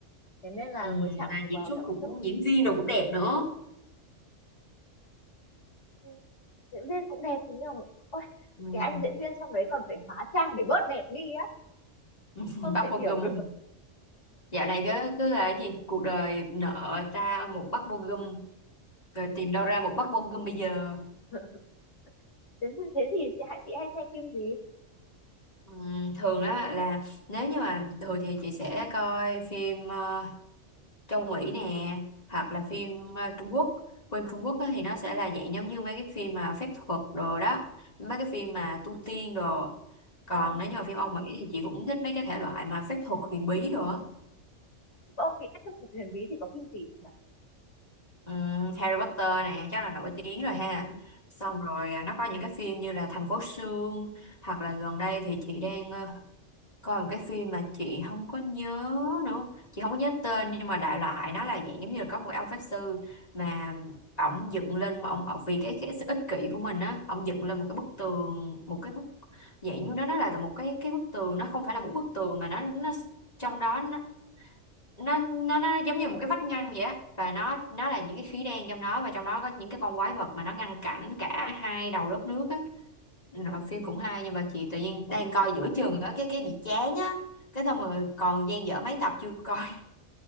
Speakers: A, on the left (about 65°); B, on the left (about 30°).
A: thế nên là
B: ừ,
A: mới chạm
B: mà
A: vào
B: diễn
A: vào
B: xuất
A: cảm
B: cũng
A: xúc
B: diễn viên đồ cũng đẹp nữa
A: Ừ, diễn viên cũng đẹp thế nhưng mà ôi
B: ừ.
A: cái anh diễn viên trong đấy còn phải hóa trang để bớt đẹp đi á
B: <laughs>
A: không
B: bắt
A: thể
B: một
A: hiểu
B: gùm
A: được
B: Dạo này cứ cứ là cái gì cuộc đời nợ ta một bát bô gum rồi tìm đâu ra một bát bô gum bây giờ
A: <laughs> thế, thế thì chị hãy chị hay xem phim gì
B: Ừm, thường đó là nếu như mà thường thì chị sẽ coi phim ờ, châu Mỹ nè hoặc là phim ờ, Trung Quốc phim Trung Quốc á thì nó sẽ là dạng giống như mấy cái phim mà phép thuật đồ đó mấy cái phim mà tu tiên đồ còn
A: à,
B: nếu như mà phim Âu Mỹ thì chị cũng thích mấy cái thể loại mà phép thuật huyền bí đồ á
A: ông bị áp lực thuật huyền bí thì có phim gì nhỉ?
B: Ừ, Harry Potter nè chắc là nổi tiếng rồi ha
A: à,
B: xong rồi à, nó có những cái phim như là Thành phố Sương hoặc là gần đây thì chị đang ờ, coi một cái phim mà chị không có nhớ nữa chị không có nhớ tên nhưng mà đại loại nó là dạng giống như là có một cái ông pháp sư mà ổng dựng lên mà ổng ổng vì cái cái sự ích kỷ của mình á ổng dựng lên một cái bức tường một cái bức dạng như nó nó là một cái cái bức tường nó không phải là một bức tường mà nó nó trong đó nó nó nó nó giống như một cái vách ngăn vậy á và nó nó là những cái khí đen trong đó và trong đó có những cái con quái vật mà nó ngăn cản cả hai đầu đất nước á Rồi phim cũng hay nhưng mà chị tự nhiên đang coi giữa chừng á cái cái bị chán á cái xong rồi còn dang dở mấy tập chưa coi